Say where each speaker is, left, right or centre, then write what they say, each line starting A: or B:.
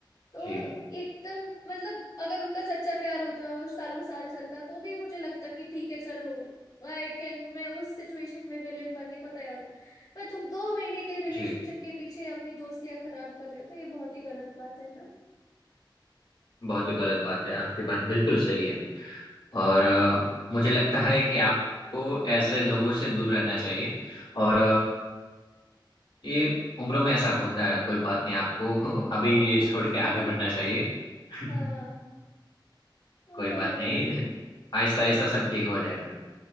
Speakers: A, on the left (about 50°); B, on the left (about 80°).
A: तो
B: जी
A: एकदम मतलब अगर उनका सच्चा प्यार होता और सालों साल चलता तो भी मुझे लगता कि ठीक है चलो आई कैन मैं उस सिचुएशन में विलेन बनने को तैयार हूँ पर तुम दो महीने के रिलेशनशिप
B: जी
A: के पीछे अपनी दोस्तियां खराब कर रहे हो तो ये बहुत ही गलत बात है ना
B: बहुत ही गलत बात है आपकी बात बिल्कुल सही है और अ, मुझे लगता है कि आपको ऐसे लोगों से दूर रहना चाहिए और ये उम्र में ऐसा होता है कोई बात नहीं आपको <laughs> अभी
A: हाँ
B: ये
A: हाँ
B: छोड़
A: <laughs>
B: के आगे बढ़ना चाहिए <laughs>
A: हाँ वो
B: कोई
A: तो
B: बात
A: है
B: नहीं आहिस्ता आहिस्ता सब ठीक हो जाएगा